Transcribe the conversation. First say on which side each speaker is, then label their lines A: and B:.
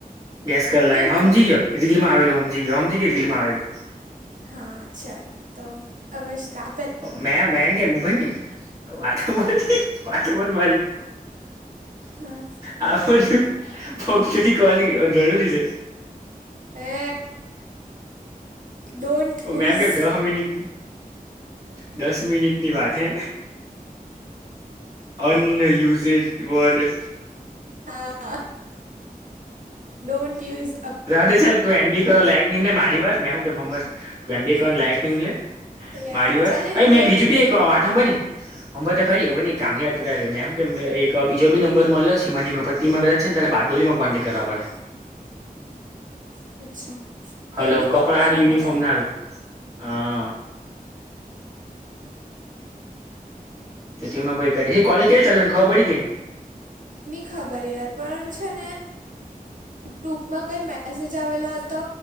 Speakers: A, on the right; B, on the right.
A: ગેસ ક લાગે હમજી
B: વિનર
A: ગયો રીલમાં આવેલું હમજી ગયો હમજી ગયો રીલ માં આવેલું
B: હા ચાલ તો અવશતા
A: મે વાગે મભલની વાતો
B: હા
A: પણ વાતો પણ મારી
B: હા
A: આ. બ ચેરી કરવાની જરૂરી છે.
B: હે ડોન્ટન્ટ બુઝ.
A: મેમ કે દહ મિનિટ દસ મિનિટની વાત હે. અનયુઝેડ વર્ડ
B: હા ડોન્ટ યુઝ
A: રાધે ચાલ તું એમ બી કરવા લાયક નીમ લે મારી વાર મેં હું કેંર તું એમબી કરવા
B: હા
A: લાયક નીમ લે
B: યાર
A: મારી વાર
B: ચાલે
A: અરે
B: તો
A: મેં
B: ગેમ
A: બીજું બી
B: ગેમ
A: એક વાત હંબાની અંબા તો ખરી બ કામની વાત મેમ કે એક બીજો નંબર મળલો છે એ મનીમાં કદા જ છે ત્યારે બારડોલીમાં કોન્ટેક્ટ કરવા પડશે.
B: <inaudible> અચ્છા પેલું
A: હલો
B: કપડા
A: અને
B: ને
A: યુનિફોર્મ
B: મરે એમ્લેમ.
A: ના હારું હા તેથીમાં કો કોલેજ કયારે ચાલુ થવાની ખબર પડી કે ની
B: ની ખબર યાર પણ છેને. ગ્રુપમાં કઈ મેસેજ આવેલો હતો